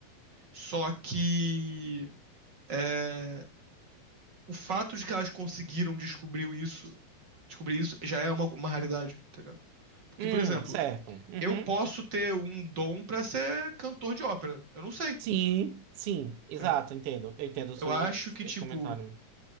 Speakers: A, on the right; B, on the right.
A: só que é, o fato de que elas conseguiram descobrir isso, descobrir isso já é uma, uma raridade, entendeu? Porque,
B: Hum,
A: por exemplo,
B: certo. Uhum.
A: eu posso ter um dom pra ser cantor de ópera. Eu não sei,
B: Sim, sim, exato,
A: entendeu?
B: entendo. Eu entendo o seu,
A: Eu acho que,
B: esse
A: tipo,
B: comentário.